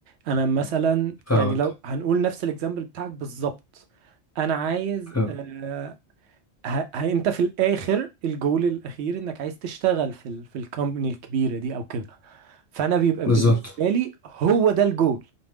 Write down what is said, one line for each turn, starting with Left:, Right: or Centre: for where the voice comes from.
Right: انا مثلا
Left: فاهمك
Right: يعني لو هنقول نفس الاكزامبل بتاعك بالظبط انا عايز
Left: حلو
Right: آه... ه... ه... انت في الاخر الجول الاخير انك عايز تشتغل في ال... في الكومباني الكبيره دي او كده فانا بيبقى
Left: بالظبط
Right: بالنسبه لي هو ده الجول